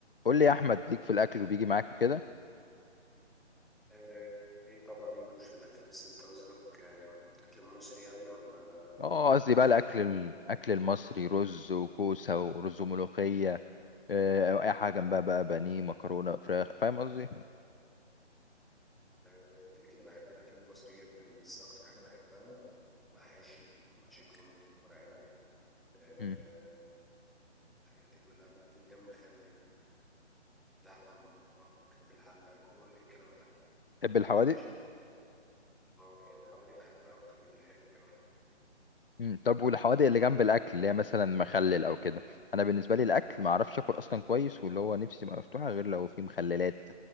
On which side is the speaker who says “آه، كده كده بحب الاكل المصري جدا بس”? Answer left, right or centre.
Centre